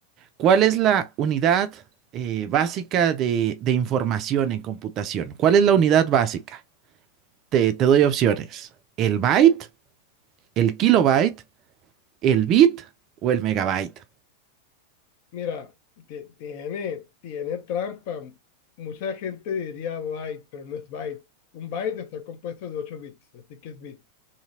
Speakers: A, on the right; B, on the left.
A: ¿cuál es la unidad eh, básica de, de información en computación? ¿Cuál es la unidad básica? Te, te doy opciones. ¿El byte, el kilobyte, el bit o el megabyte?
B: Mira, ti- tiene, tiene trampa. Mucha gente diría byte, pero no es byte. Un byte está compuesto de ocho bits, así que es bit.